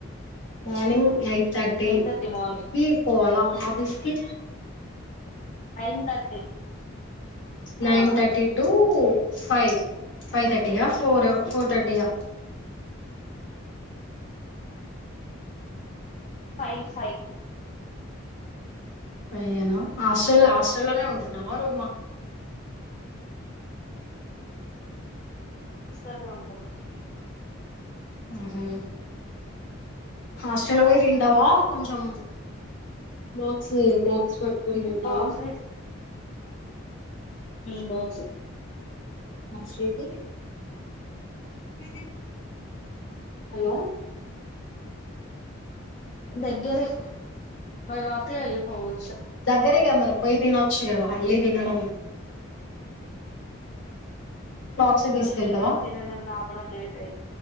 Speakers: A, on the left; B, on the left.
A: మార్నింగ్ మై తర్టీ
B: థర్టీ మార్నింగ్
A: క పోవాలా ఆఫీస్కి
B: నైన్ థర్టీ
A: nine
B: ఆ
A: thirty two five five తర్టీయా ఫోర్ ఫోర్ తర్టీయా
B: ఫైవ్ ఫైవ్
A: అయ్యేను హాస్టల్ హాస్టల్లోనే ఉంటున్నావా రూమా
B: స్త అంకల్
A: ఆహా హాస్టల్
B: హాస్టల్లో
A: పోయి తింటావా కొంచెం మార్క్స్ మక్స్ పట్టుకుని తింటావా
B: బాక్స్ బ
A: శ్రీతి ఏ హలో
B: దగ్గరే బైవాక్లో వెళ్ళి పోవచ్చు
A: దగ్గరేగా మరి పోయి తినవచ్చు కదా హల్లి దినడ బాక్స్ తీసుకెళ్తావా
B: మళ్ళీ వెళ్ళడం తినడం రావడం లేట్ అయి